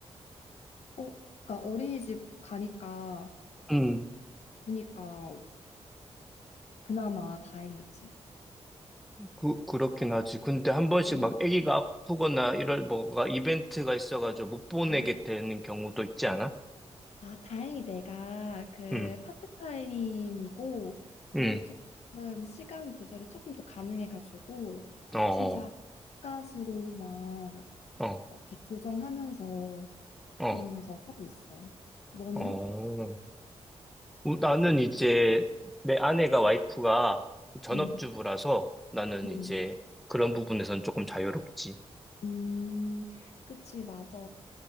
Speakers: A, on the left; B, in the centre.
A: 어, 그러니까 어린이집 가니까,
B: 음,
A: 그니까 그나마 다행이지.
B: 그, 그렇긴 하지. 근데 한 번씩
A: 어.
B: 막 아기가 아프거나 이럴 뭐가 이벤트가 있어가지고 못 보내게
A: 아.
B: 되는 경우도 있지 않아?
A: 아, 다행히 내가 그
B: 응,
A: 파트타임이고, 그리고
B: 응,
A: 조금 시간 조절이 조금 더 가능해가지고,
B: 어, 어,
A: 진짜 가수로 막
B: 어,
A: 이렇게 조정하면서
B: 어.
A: 그러면서 하고 있어. 너는?
B: 어. 우- 나는 이제 내 아내가 와이프가 전업주부라서
A: 응,
B: 나는
A: 응,
B: 이제 그런 부분에선 조금 자유롭지.
A: 음, 그치, 맞아.